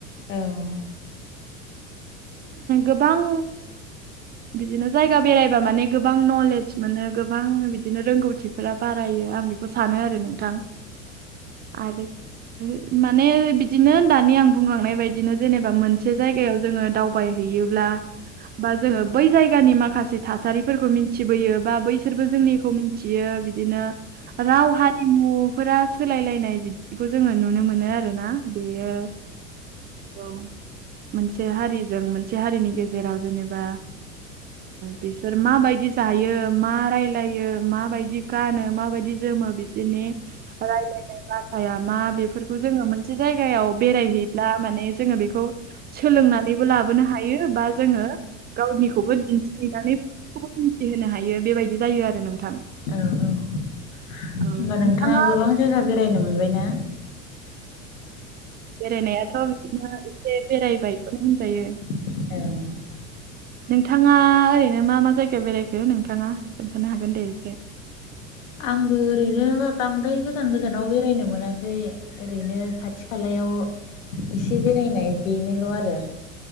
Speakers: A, on the left; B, on the right.
A: औ
B: गोबां बिदिनो जायगा बेरायबा माने गोबां नलेज मोनो गोबां बिदिनो रोंगौथिफोर बारायो आं बेखौ सानो आरो नोंथां आरो बे माने बिदिनो दानि आं बुंलांनाय बायदिनो जेनेबा मोनसे जायगायाव जोङो दावबायहैयोब्ला बा जोङो बै जायगानि माखासे थासारिफोरखौ मिथिबोयो बा बैसोरबो जोंनिखौथि फियो बिदिनो राव हारिमुफोरा सोलायलायनाय बिदिखौ जोङो नुनो मोनो आरो ना बेयो औ मोनसे हारिजों मोनसे हारिनि गेजेराव जेनेबा बिसोर माबायदि जायो मा रायलायो माबायदि गानो माबायदि जोमो बिसोर बिनि रायलायनाय‌ बासायामा बेखौ जोङो मोनसे जायगायाव बेरायहैब्ला माने जोङो बेखौ सोलोंनानैबो लाबोनो हायो बा जोङो गावनिखौबो दिन्थिहैनानै बयखौबो मिथिहोनो हायो बेबायदि जायो आरो नोंथां
A: औ औ होनोमबा
B: औ
A: नोंथाङा गोबां
B: ओरैनो
A: जायगा बेरायनो मोनबाय ना
B: बेरायनायाथ' बिदिनो एसे बेरायबायखौनो होनजायो
A: औ
B: नोंथाङा ओरैनो मा मा जायगायाव बेरायखो नोंथाङा खोन्थानो हागोन दे एसे
A: आंबो ओरैनो बांद्राय गोजान गोजानाव बेरायनो मोनाखै ओरैनो खाथि खालायाव एसे बेरायनाय बेनोल' आरो